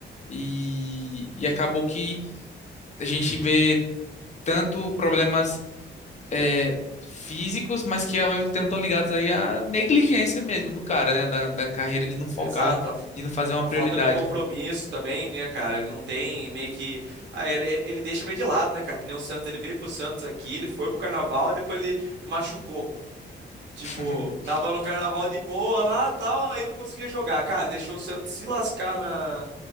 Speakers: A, on the left; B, on the right.
A: E, e acabou que a gente vê tanto problemas é, físicos, mas que ao mesmo tempo estão ligados aí à negligência mesmo do cara, né? Da, da carreira de não focar,
B: Exato. A,
A: de não fazer uma
B: a
A: prioridade.
B: falta de compromisso também, né, cara? Ele não tem meio que. Ah, ele, ele, ele deixa meio de lado, né, cara? Que nem o Santos. Ele veio pro Santos aqui, ele foi pro Carnaval e depois ele machucou. Tipo,
A: <laughs>
B: tava no carnaval de boa lá, tal, aí não conseguia jogar. Cara, deixou o Santos se lascar na,